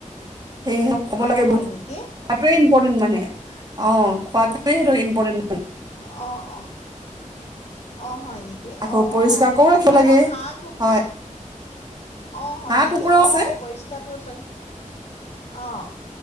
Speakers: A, on the right; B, on the left.
A: সেয়েহ ক'ব
B: অ',
A: লাগে,
B: হয়
A: বহুত
B: নেকি?
A: কাতৰি পৰ্টেন্ত মানে। অহ, খোৱাটোহেতো ইম পতেণ্ট
B: অহ, অহ, অহ, হয় নেকি?
A: আকৌ
B: অহ,
A: পৰিষ্কাৰ
B: অহ,
A: কৰো ৰাখিব
B: আৰু
A: লাগে
B: হাঁহ, কুকুৰা?
A: হয়
B: অহ, হয়
A: হাঁহ
B: নেকি?
A: কুকুৰাও
B: অহ,
A: আছে
B: পৰিষ্কাৰটো। <unintelligible> অহ,